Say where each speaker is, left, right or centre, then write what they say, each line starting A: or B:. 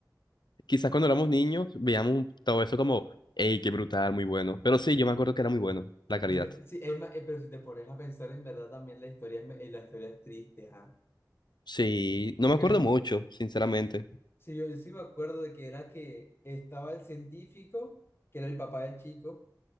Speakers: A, on the left; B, on the left.
A: Quizás cuando éramos niños veíamos todo eso como, hey, qué brutal, muy bueno. Pero sí, yo me acuerdo que era muy bueno, la calidad.
B: Es de- sí, es ma- eh, pero si te pones a pensar en verdad también la historia es, me- eh, la historia es triste, ajá.
A: Sí, no
B: Porque
A: me acuerdo mucho, sinceramente.
B: si yo, yo sí me acuerdo de que era que estaba el científico, que era el papá del chico,